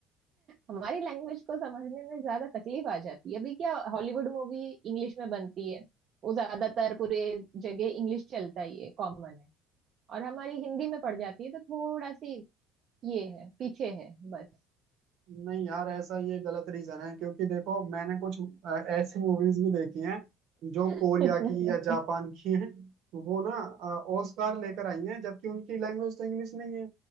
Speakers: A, on the right (about 40°); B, on the right (about 55°).
A: हमारी लैंग्वेज को समझने में ज्यादा तकलीफ आ जाती है अभी क्या हॉलीवुड मूवी इंग्लिश में बनती है वो ज्यादातर पूरे जगह इंग्लिश चलता ही है कॉमन है और हमारी हिंदी में पड़ जाती है तो थोड़ा सी ये है पीछे है बस
B: नहीं यार ऐसा ये गलत रीजन है क्योंकि देखो मैंने कुछ अ, ऐसी मूवीज भी देखी हैं जो
A: <laughs>
B: कोरिया की या जापान की हैं वो ना ऑस्कार लेकर आई हैं जबकि उनकी लैंग्वेज तो इंग्लिश नहीं है